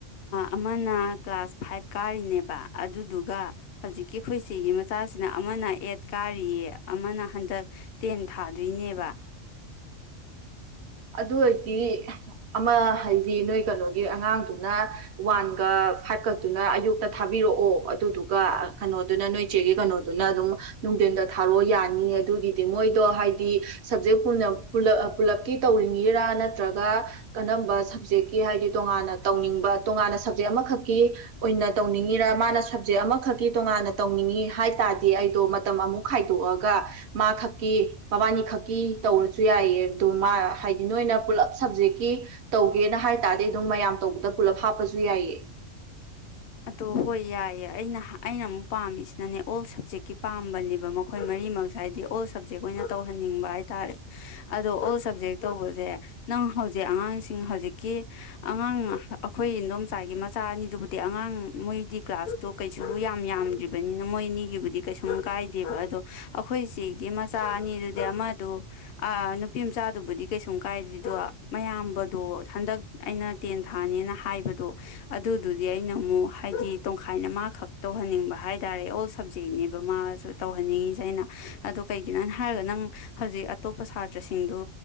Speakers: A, on the left; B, on the right.
A: ꯑꯃꯅ ꯀ꯭ꯂꯥꯁ ꯐꯥꯏꯚ ꯀꯥꯔꯤꯅꯦꯕ ꯑꯗꯨꯗꯨꯒ ꯍꯧꯖꯤꯛꯀꯤ ꯑꯩꯈꯣꯏꯆꯦꯒꯤ ꯃꯆꯥꯁꯤꯅ ꯑꯃꯅ ꯑꯦꯠ ꯀꯥꯔꯤꯌꯦ ꯑꯃꯅ ꯍꯟꯗꯛ ꯇꯦꯟ ꯊꯥꯗꯣꯏꯅꯦꯕ ꯋꯥ
B: ꯑꯗꯨ ꯑꯣꯏꯗꯤ ꯑꯃ ꯍꯥꯏꯗꯤ ꯅꯣꯏ ꯀꯩꯅꯣꯒꯤ ꯑꯉꯥꯡꯗꯨꯅ ꯋꯥꯟꯒ ꯐꯥꯏꯚꯀꯗꯨꯅ ꯑꯌꯨꯛꯇ ꯊꯥꯕꯤꯔꯛꯑꯣ ꯑꯗꯨꯗꯨꯒ ꯀꯩꯅꯣꯗꯨꯅ ꯅꯣꯏ ꯏꯆꯦꯒꯤ ꯀꯩꯅꯣꯗꯨꯅ ꯑꯗꯨꯝ ꯅꯨꯡꯗꯤꯟꯗ ꯊꯥꯔꯛꯑꯣ ꯌꯥꯅꯤ ꯑꯗꯨꯒꯤꯗꯤ ꯃꯣꯏꯗꯣ ꯍꯥꯏꯗꯤ ꯁꯞꯖꯦꯛ ꯄꯨꯅ ꯄꯨꯂꯞ ꯀꯤ ꯇꯧꯅꯤꯡꯉꯤꯔ ꯅꯠꯇ꯭ꯔꯒ ꯀꯅꯝꯕ ꯁꯕꯖꯦꯛꯀꯤ ꯍꯥꯏꯗꯤ ꯇꯣꯉꯥꯟꯅ ꯇꯧꯅꯤꯡꯕ ꯇꯣꯉꯥꯟꯅ ꯁꯕꯖꯦꯛ ꯑꯃꯈꯛꯀꯤ ꯑꯣꯏꯅ ꯇꯧꯅꯤꯡꯉꯤꯔꯥ ꯃꯥꯅ ꯁꯕꯖꯦꯛ ꯑꯃꯈꯛꯀꯤ ꯇꯣꯉꯥꯟꯅ ꯇꯧꯅꯤꯡꯏꯤ ꯍꯥꯏ ꯇꯥꯔꯗꯤ ꯑꯩꯗꯣ ꯃꯇꯝ ꯑꯃꯨꯛ ꯈꯥꯏꯗꯣꯛꯑꯒ ꯃꯥ ꯈꯛꯀꯤ ꯃꯕꯥꯅꯤ ꯈꯛꯀꯤ ꯇꯧꯔꯖꯨ ꯌꯥꯏꯌꯦ ꯑꯗꯨ ꯃꯥ ꯍꯥꯏꯗꯤ ꯅꯣꯏꯅ ꯄꯨꯜꯂꯞ ꯁꯞꯖꯦꯛꯀꯤ ꯇꯧꯒꯦꯅ ꯍꯥꯏ ꯇꯥꯔꯗꯤ ꯑꯗꯨꯝ ꯃꯌꯥꯝ ꯇꯧꯕꯗ ꯄꯨꯜꯂꯞ ꯍꯥꯞꯄꯖꯨ ꯌꯥꯏꯌꯦ
A: ꯑꯗꯣ ꯍꯣꯏ ꯌꯥꯏꯌꯦ ꯑꯩꯅ ꯑꯩꯅ ꯑꯃꯨꯛ ꯄꯥꯝꯃꯤꯁꯤꯅꯅꯦ ꯑꯣꯜ ꯁꯕꯖꯦꯛꯀꯤ ꯄꯥꯝꯕꯅꯦꯕ ꯃꯈꯣꯏ ꯃꯔꯤꯃꯛꯖꯦ ꯍꯥꯏꯗꯤ ꯑꯣꯜ ꯁꯕꯖꯦꯛ ꯑꯣꯏꯅ ꯇꯧꯍꯟꯅꯤꯡꯕ ꯍꯥꯏꯇꯥꯔꯦ ꯑꯗꯣ ꯑꯣꯜ ꯁꯕꯖꯦꯛ ꯇꯧꯕꯖꯦ ꯅꯪ ꯍꯧꯖꯤꯛ ꯑꯉꯥꯡꯁꯤꯡ ꯍꯧꯖꯤꯛꯀꯤ ꯑꯉꯥꯡ ꯑꯈꯣꯏ ꯏꯗꯣꯝꯆꯥꯒꯤ ꯃꯆꯥ ꯑꯅꯤꯗꯨꯕꯨꯗꯤ ꯑꯉꯥꯡ ꯃꯣꯏꯗꯤ ꯀ꯭ꯂꯥꯁꯇꯣ ꯀꯩꯁꯨ ꯌꯥꯝ ꯌꯥꯝꯗ꯭ꯔꯤꯕꯅꯤꯅ ꯃꯣꯏ ꯑꯅꯤꯒꯤꯕꯨꯗꯤ ꯀꯩꯁꯨꯝ ꯀꯥꯏꯗꯦꯕ ꯑꯗꯣ ꯑꯈꯣꯏꯆꯦꯒꯤ ꯃꯆꯥ ꯑꯅꯤꯗꯨꯗꯤ ꯑꯃꯗꯣ ꯑꯥ ꯅꯨꯄꯤ ꯆꯥꯗꯨꯕꯨꯗꯤ ꯀꯩꯁꯨꯝ ꯀꯥꯏꯗꯦꯗꯣ ꯃꯌꯥꯝꯕꯗꯣ ꯍꯟꯗꯛ ꯑꯩꯅ ꯇꯦꯟ ꯊꯥꯅꯦꯅ ꯍꯥꯏꯕꯗꯣ ꯑꯗꯨꯗꯨꯗꯤ ꯑꯩꯅ ꯑꯃꯨꯛ ꯍꯥꯏꯗꯤ ꯇꯣꯈꯥꯏꯅ ꯃꯥ ꯈꯛ ꯇꯧꯍꯟꯅꯤꯡꯕ ꯍꯥꯏ ꯇꯥꯔꯦ ꯑꯣꯜ ꯁꯕꯖꯦꯛꯅꯦꯕ ꯃꯥꯁꯨ ꯇꯧꯍꯟꯅꯤꯡꯉꯤꯁꯦ ꯑꯩꯅ ꯑꯗꯣ ꯀꯩꯒꯤꯅꯣ ꯍꯥꯏ ꯍꯥꯏꯔꯒ ꯅꯪ ꯍꯧꯖꯤꯛ ꯑꯇꯣꯞꯄ ꯁꯥꯇ꯭ꯔꯁꯤꯡꯗꯨ